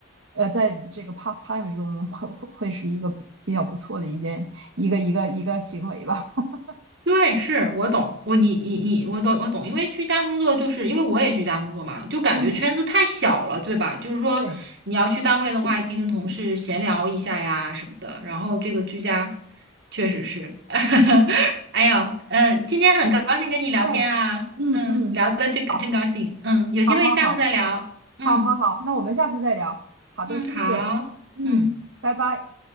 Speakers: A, on the right; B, on the right.
A: 呃，在这个 pastime 中会会会是一个比较不错的一件一个一个一个行为吧。<laughs>
B: 对，是我懂，我你你你，我懂我懂，因为居家工作就是因为我也居家工作嘛，就感觉圈子太小了，
A: 嗯，
B: 对吧？就是说你要去单位的话，
A: 对，
B: 也可以跟同事闲聊一下呀什么的，然后这个居家确实是，<laughs> 哎呦，嗯，今天很高兴跟你聊天啊，
A: 嗯嗯嗯。
B: 嗯，聊的这个真高兴，
A: 好，
B: 嗯，有机会下次再聊，
A: 好，好，好。
B: 嗯
A: 好好好，那我们下次再聊。好的，
B: 嗯，
A: 谢谢。
B: 好。
A: 嗯，
B: 嗯。
A: 拜拜。